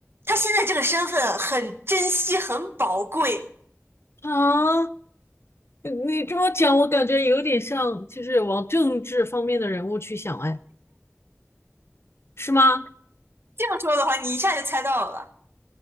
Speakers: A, on the right; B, on the left.
A: 他现在这个身份很珍惜、很宝贵。
B: 啊，你你这么讲，我感觉有点像，就是往政治方面的人物去想，哎，是吗？
A: 这样说的话，你一下就猜到了吧？